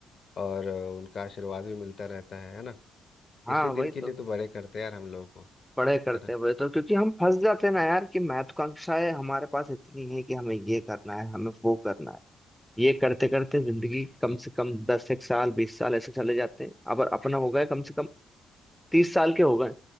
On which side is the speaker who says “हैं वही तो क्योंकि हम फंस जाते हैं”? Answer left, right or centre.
Centre